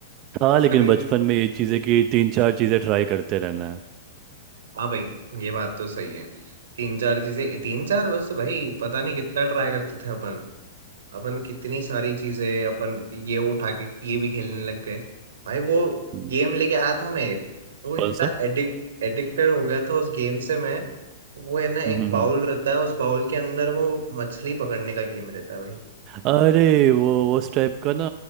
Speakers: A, on the right (about 35°); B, on the right (about 90°).
A: था लेकिन
B: कभी
A: बचपन में ये चीज़ें कि तीन चार चीज़ें ट्राई करते रहना है
B: हाँ भाई ये बात तो सही है तीन चार चीजें तीन चार बस भाई पता नहीं कितना ट्राई करते थे अपन अपन कितनी सारी चीजें अपन ये उठा के ये भी खेलने लग गए भाई वो
A: हम्म,
B: गेम लेके आया था मैं एक वो इतना
A: कौन सा
B: एडिक्ट एडिक्टेड हो गया था उस गेम से मैं वो है ना एक
A: हम्म हम्म
B: बाउल
A: हम्म।
B: रहता है उस बाउल के अंदर वो मछली पकड़ने का गेम रहता है भाई
A: अरे वो वो उस टाइप का ना